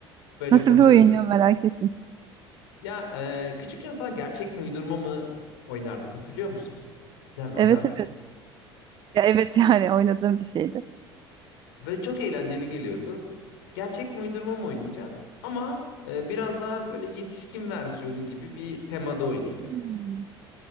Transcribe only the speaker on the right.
Nasıl
bir oyun ya
merak ettim.
Evet
evet. Ya evet <laughs> yani oynadığım bir şeydi.
Hmm.